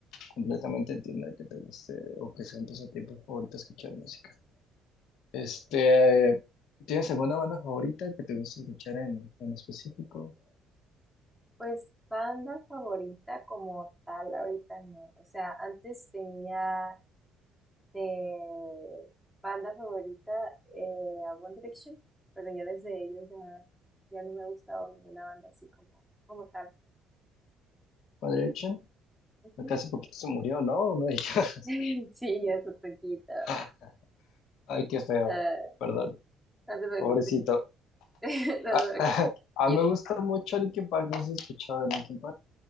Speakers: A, on the left; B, in the centre.
A: completamente entiendo que te guste o que sea un pasatiempo favorito escuchar música. Este, ¿tienes alguna banda favorita que te guste escuchar en, en específico?
B: Pues banda favorita como tal ahorita no. O sea, antes tenía de banda favorita eh, a One Direction, pero ya desde ellos ya, ya no me ha gustado ninguna banda así como, como tal.
A: One Direction,
B: Ujú.
A: acá hace poquito se murió, ¿no? No digas.
B: <laughs> Sí, eso poquito.
A: <laughs> Ay, qué feo.
B: Ah,
A: Perdón,
B: no te preocupes.
A: pobrecito.
B: <laughs> No
A: Ah,
B: te preocupes.
A: <laughs> ah,
B: Y
A: me gusta mucho Linkin Park, no sé si has escuchado de Linkin Park.